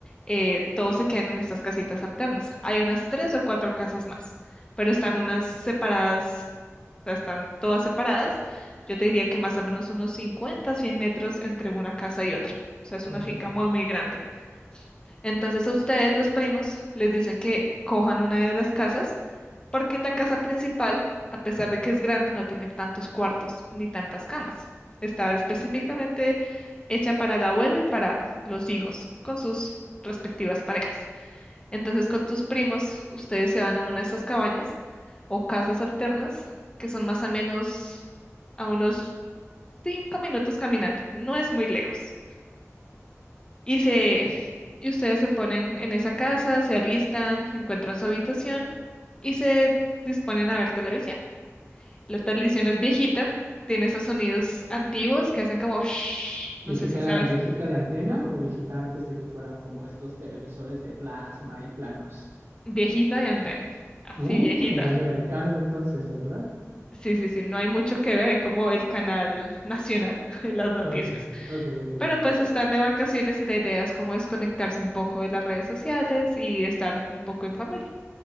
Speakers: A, on the left (about 20°); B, on the right (about 60°).
A: eh, todos se quedan en estas casitas alternas. Hay unas tres o cuatro casas más, pero están unas separadas, o sea, están todas separadas. Yo te diría que más o menos unos 50, 100 metros entre una casa y otra. O sea, es
B: ok.
A: una finca muy, muy grande. Entonces a ustedes, los primos, les dicen que cojan una de las casas porque en la casa principal, a pesar de que es grande, no tiene tantos cuartos ni tantas camas. Está específicamente hecha para el abuelo y para los hijos, con sus respectivas parejas. Entonces, con tus primos, ustedes se van a una de estas cabañas o casas alternas, que son más o menos a unos cinco minutos caminando. No es muy lejos. Y se, y ustedes se ponen en esa casa, se alistan, encuentran su habitación y se disponen a ver televisión. La televisión es viejita, tiene esos sonidos antiguos que hacen como, shhh,
B: ¿Viejita,
A: no sé si sabes,
B: viejita de antena o viejita antes de que fueran como estos televisores de plasma y planos?
A: viejita y antena, así
B: Uh,
A: viejita.
B: del año del caldo entonces, ¿verdad?
A: Sí, sí, sí, no hay mucho que ver, es como el canal nacional <laughs> en las noticias.
B: Ok, ok, ok,
A: Pero
B: ok.
A: pues <laughs> están de vacaciones y la idea es como desconectarse un poco de las redes sociales y estar un poco en familia.